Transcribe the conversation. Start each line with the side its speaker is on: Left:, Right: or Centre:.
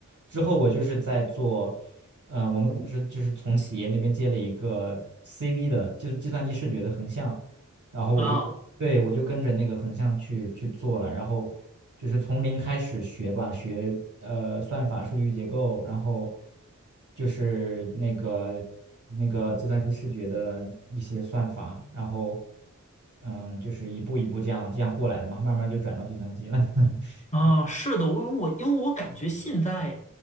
Right: 之后我就是在做，呃，我们不是就是从企业那边接了一个 CV 的，就是计算机视觉的横向，然后我就。
Left: 啊。
Right: 对，我就跟着那个横向去去做了，然后就是从零开始学吧，学呃算法、数据结构，然后就是那个那个计算机视觉的一些算法，然后嗯，就是一步一步这样这样过来的嘛，慢慢就转到计算机了。<laughs>
Left: 啊，
Right: 对，
Left: 是的，我我因为我感觉现在